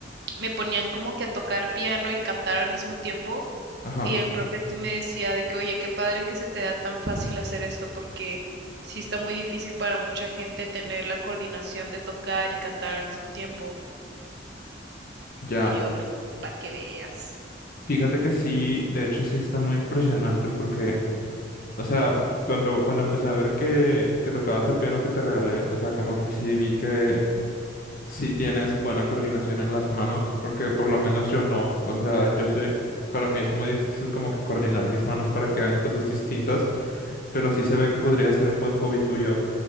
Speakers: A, on the right; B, on the left.
A: me ponían como que a tocar piano y cantar al mismo tiempo
B: Ajá,
A: y el profe sí me decía de que, oye, qué padre que se te da tan fácil hacer esto porque sí está muy difícil para mucha gente tener la coordinación de tocar y cantar al mismo tiempo.
B: ya.
A: Y yo, para que veas.
B: Fíjate que sí, de hecho sí está muy impresionante porque, o sea, cuando, cuando empecé a ver que, que tocabas el piano que te regalé, o sea, como que sí vi que sí tienes buena coordinación en las manos, porque por lo menos yo no, o sea, yo soy, para mí es muy difícil como que coordinar mis manos para que hagan cosas distintas. Pero sí se ve que podría ser un buen hobby tuyo.